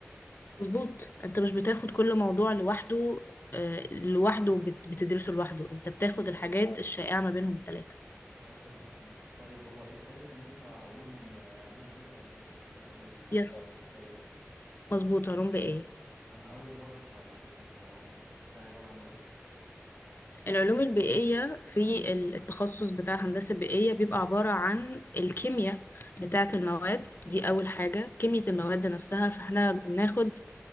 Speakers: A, on the left (about 50°); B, on the left (about 25°).
A: مظبوط انت مش بتاخد كل موضوع لوحده آه، لوحده بت- بتدرسه لوحده انت بتاخد
B: امم
A: الحاجات الشائعة ما بينهم الثلاثة
B: اه فهمت فهمت طيب هو التالت كان اسمه علوم علوم البيئه ولا ايه اللي هو التخصص
A: يس
B: التالت
A: مظبوط علوم بيئية
B: انا اول مره اسمع الاسم ده هو ده عباره عن ايه
A: العلوم البيئية في التخصص بتاع هندسة بيئية بيبقى عبارة عن الكيمياء بتاعة المواد دي أول حاجة كيمياء المواد نفسها فاحنا بناخد